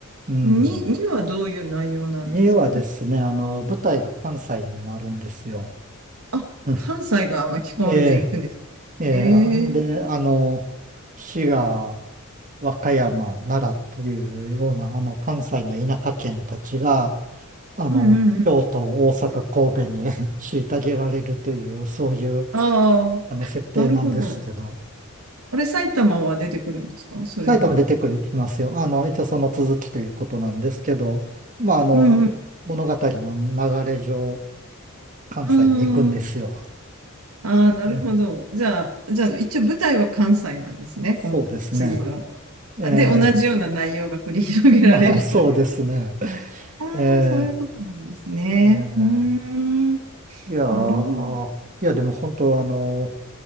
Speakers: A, on the right (about 35°); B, on the right (about 85°).
A: うん。
B: ?2、にはどういう内容なんですか
A: 2はですね、あの、舞台が関西になるんですよ。
B: あ、
A: うん
B: 関西が巻き込んでいくんです。
A: ええ、ええ、
B: ええ
A: あんで、あの、滋賀、和歌山、奈良というような、あの、関西の田舎県たちが、あの、
B: うんうんうん。
A: 京都、大阪、神戸に <laughs> 虐げられるという、そういう、
B: ああ、
A: あの、設定なんですけど、
B: なるほど。あれ、埼玉は出てくるんですかそれに。
A: 埼玉出てくるきますよ。あの、一応その続きということなんですけど、まあ、あの、
B: うん
A: 物語の流れ上、関西に行くんですよ。
B: うん。ああ、なるほど。
A: え
B: じゃあ、じゃあ、一応舞台は関西なんですね、
A: そうですね。
B: 今、次の。
A: え
B: あで、同じような内容が繰り広げられるという。
A: ー、<laughs> まあ、そうですね。
B: ああ、
A: え
B: そういうことなんですね。
A: ー、え
B: うーん、
A: ーいやー、
B: なるほど。
A: いや、でも本当、あの、